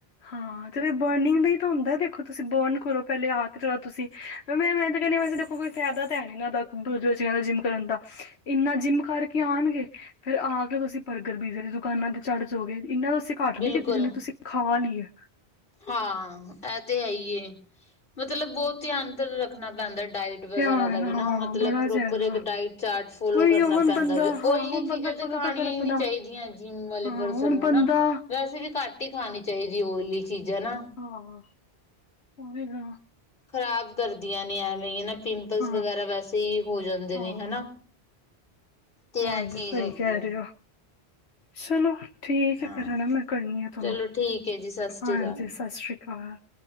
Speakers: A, on the left; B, on the left.
A: ਹਾਂ ਤੇ <unintelligible> ਬਰਨਿੰਗ ਦਾ ਹੀ ਤਾਂ ਹੁੰਦਾ ਦੇਖੋ, ਤੁਸੀਂ ਬਰਨ ਕਰੋ ਪਹਿਲੇ ਆ ਕੇਓ ਤੁਸੀਂ ਮੈਂ ਮੈਂ ਤਾਂ ਕਹਿੰਦੀ ਆ ਕੋਈ ਫਾਇਦਾ ਤਾਂ ਹੈ ਨਹੀਂ ਇਹਨਾਂ ਦਾ ਬੱਚਿਆਂ ਦਾ ਜਿੰਮ ਕਰਨ ਦਾ, ਇੰਨਾ ਜਿੰਮ ਕਰਕੇ ਆਉਣਗੇ। ਫੇਰ ਆ ਕੇ ਤੁਸੀਂ ਬਰਗਰ ਪੀਜੇ ਦੁਕਾਨਾਂ ਤੇ ਚੜ੍ਹ ਜਾਓਗੇ। ਇੰਨਾ ਤੁਸੀਂ ਘਟ
B: ਬਿਲਕੁਲ
A: ਨੀ ਕੀਤੀ ਜਿਨੀ ਤੁਸੀਂ, ਖਾ ਲੀ ਏ।
B: ਹਾਂ, ਇਹ ਤੇ ਹੈ ਹੀ ਹੈ, ਮਤਲਬ ਬਹੁਤ ਧਿਆਨ ਤੇ ਰੱਖਣਾ। ਪੈਂਦਾ ਡਾਇਟ ਵਗੈਰਾ
A: ਧਿਆਨ
B: ਦਾ ਵੀ
A: ਹਾਂ
B: ਨਾ, ਮਤਲਬ
A: ਬੜਾ
B: ਪ੍ਰੋਪਰ
A: ਜਾਦਾ
B: ਇੱਕ ਡਾਇਟ ਚਾਰਟ ਫੋਲੋ
A: ਉਹੀ
B: ਕਰਨਾ
A: ਹੁਣ
B: ਪੈਂਦਾ
A: ਬੰਦਾ
B: ਵਾ।
A: ਹਾਂ
B: ਓਇਲੀ
A: ਹੁਣ
B: ਚੀਜ਼ਾਂ
A: ਬੰਦਾ
B: ਤੇ
A: ਕਦੋਂ
B: ਖਾਣੀਆਂ
A: ਤੱਕ ਆਪਣਾ
B: ਹੀ ਨਹੀਂ ਚਾਹੀਦੀਆ ਜਿਮ ਵਾਲੇ
A: ਹਾਂ
B: ਪਰਸਨ
A: ਹੁਣ
B: ਨੂੰ
A: ਬੰਦਾ
B: ਨਾ, ਵੈਸੇ ਵੀ ਘੱਟ ਘਟ ਹੀ ਖਾਣੀ ਚਾਹੀਦੀ ਓਈਲੀ ਚੀਜ਼ਾਂ ਨਾ।
A: ਹ ਉਹ ਵੀ ਨਾ
B: ਖ਼ਰਾਬ ਕਰਦੀਆਂ ਨੇ ਐਵੇਂ ਨਾ, ਪਿੰਪਲਸ
A: ਹਾਂ
B: ਵਗੈਰਾ ਵੈਸੇ ਹੀ ਹੋ ਜਾਂਦੇ
A: ਹਾਂ
B: ਨੇ ਹਨਾ। ਤੇ ਇਹ
A: ਹਾਂਜੀ
B: ਚੀਜ਼
A: ਸਹੀ
B: ਹੈਗੀ
A: ਕਹਿ
B: ਹੈ
A: ਰਹੇ ਹੋ, ਚਲੋ। ਠੀਕ
B: ਹਾਂ
A: ਹੈ, ਫਿਰ ਹੈ ਨਾ ਮੈਂ ਕਰਨੀ ਆ ਤੁਹਾਨੂੰ,
B: ਚਲੋ ਠੀਕ ਹੈ ਜੀ ਸਤਿ ਸ੍ਰੀ
A: ਹਾਂਜੀ
B: ਅਕਾਲ
A: ਸਤਿ ਸ਼੍ਰੀ ਅਕਾਲ।